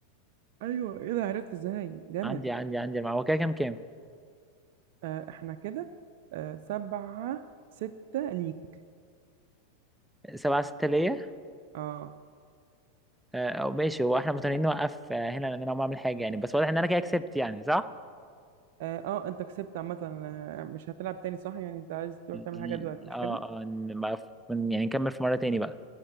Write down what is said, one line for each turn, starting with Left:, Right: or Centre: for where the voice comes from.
Right: ايوه ايه ده عرفت ازاي جامد
Centre: عندي عندي عندي المعلومه هو كده كام كام
Right: آه، احنا كده آه، سبعة ستة ليك
Centre: سبعة ستة ليا
Right: اه
Centre: آه، او ماشي هو احنا متنقلين نوقف آه، هنا لان انا ما اعمل حاجه يعني بس واضح ان انا كده كسبت يعني صح
Right: اه آه، انت كسبت عامة آه، مش هتلعب تاني صح يعني انت عايز تروح
Centre: ل-
Right: تعمل حاجة دلوقتي مش
Centre: اه
Right: كده
Centre: اه إن ما- يعني نكمل في مره تاني بقى